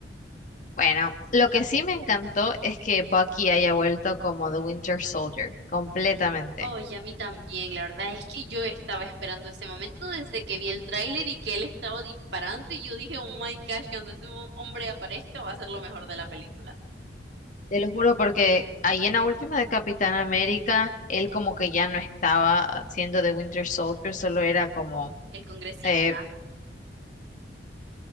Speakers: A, on the left (about 45°); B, on the right (about 70°).
A: Bueno, lo que sí me encantó es que Bucky haya vuelto como The Winter Soldier, completamente.
B: Oh, y a mí también, la verdad es que yo estaba esperando ese momento desde que vi el tráiler y que él estaba disparando y yo dije, oh my gosh, cuando ese mo- hombre aparezca va a ser lo mejor de la película.
A: Te lo juro porque ahí en la última de Capitán América, él como que ya no estaba siendo The Winter Soldier, solo era como
B: El congresista.
A: eh,